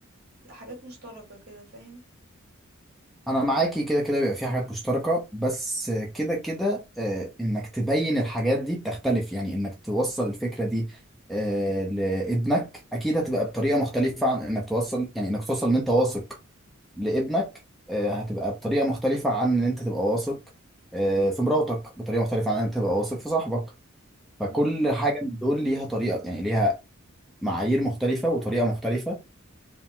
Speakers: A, on the right; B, in the centre.
A: حاجات مشتركة كده فاهم
B: انا معاكي كده كده بيبقى في حاجات مشتركه بس كده كده آه، انك تبين الحاجات دي بتختلف يعني انك توصل الفكره دي آه، لابنك اكيد هتبقى بطريقه مختلفه عن انك توصل يعني انك توصل ان انت واثق لابنك آه، هتبقى بطريقه مختلفه عن ان انت تبقى واثق آه، في مراتك بطريقه مختلفه عن ان انت تبقى واثق في صاحبك فكل
A: امم
B: حاجه من دول ليها طريقه يعني ليها معايير مختلفه وطريقه مختلفه